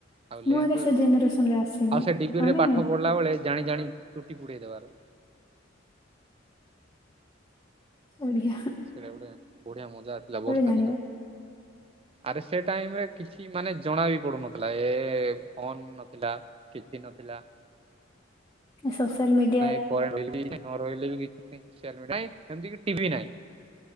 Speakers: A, on the right; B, on the left.
A: ଆଉ
B: ମୁଁ
A: ଲେମ୍ପ,
B: ଆଜ୍ଞା ସେ ଜେନେରେସନ ରେ ଆସିନି
A: ଆଉ ସେ ଡିବିରିରେ
B: ମାନେ
A: ପାଠ ପଢିଲା ବେଳେ, ଜାଣି-ଜାଣି ଚୁଟି ପୁଡେଇଦବାର।
B: <unintelligible> ବଡିଆ।
A: ସେଇଟା ଗୋଟେ ବଢିଆ ମଜା ଆସିଲା, ବର୍ଷା
B: ଜାଣିବ
A: ଦିନ। ଆରେ, ସେ ଟାଇମ ରେ କିଛି, ମାନେ, ଜଣା ବି ପଡୁନଥିଲା। ଏ-ଏ ଫୋନ ନଥିଲା। କିଛି ନଥିଲା।
B: ସୋସିଆଲ ମିଡି
A: ନାଇଁ ଏ କରେଣ୍ଟ <unintelligible> ନ ରହିଲେ ବି <unintelligible>